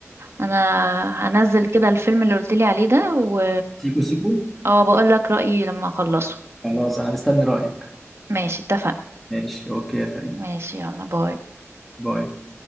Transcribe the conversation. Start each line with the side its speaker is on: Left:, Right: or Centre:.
Right: انا هنزل كده الفيلم اللي قلت لي عليه ده و
Centre: سيكو سيكو
Right: اه بقول لك رأيي لما اخلصه
Centre: خلاص انا مستني رأيك
Right: ماشي اتفقنا
Centre: ماشي اوكي يا فريد
Right: ماشي يلا باي
Centre: باي